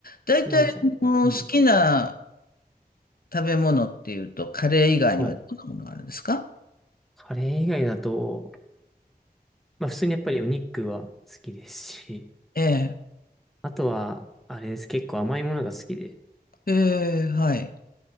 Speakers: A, on the left; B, in the centre.
A: 大体、
B: なんか、
A: あの好きな
B: うん、
A: 食べ物っていうと、カレー以外にはどんなものがあるんですか
B: はい。カレー以外だと、まあ普通にやっぱりお肉は好きですし、
A: ええ。
B: あとは、あれです、結構甘いものが好きで、
A: ええ、はい。